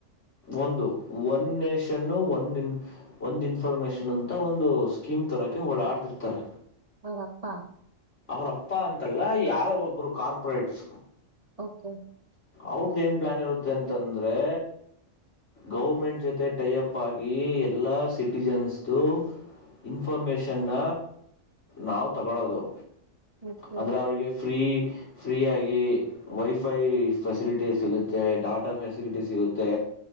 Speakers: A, on the left; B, on the right.
A: ಒಂದು ಒನ್ ನೇಷನ್ನು ಒನ್ ಇನ್ ಒಂದು ಇನ್ಫಾರ್ಮೇೇಶನ್ ಅಂತ ಒಂದು ಸ್ಕೀಮ್ ತರೋಕ್ಕೆ ಓಡಾಡ್ತಿರ್ತಾರೆ
B: ಅವರಪ್ಪಾ
A: ಅವ್ರಪ್ಪ ಅಂತ ಅಲ್ಲ ಯಾರೊ ಒಬ್ರು ಕಾರ್ಪೊರೇಟ್ಸ್
B: ಓಕೆ
A: ಅವರುದೇನು ಪ್ಲಾನೂ ಇದತಂದ್ರೆ ಗೌರ್ಮೆಂಟ್ ಜೊತೆ ಟೈ ಅಪ್ ಆಗಿ ಎಲ್ಲಾ ಸಿಟಿಜನ್ಸ್ ದು ಇನ್ಫಾರ್ಮೇಶನ್ನ ನಾವು ತಗೊಳ್ಳೋದು
B: ಹ್ಮ <inaudible>
A: ಅಂದರೆ ಅವರಿಗೆ ಫ್ರೀ ಫ್ರೀಯಾಗಿ ವೈಫೈ ಫೆಸಿಲಿಟಿ ಸಿಗುತ್ತೆ ಡಾಟಾ ಫೆಸಿಲಿಟಿ ಸಿಗುತ್ತೆ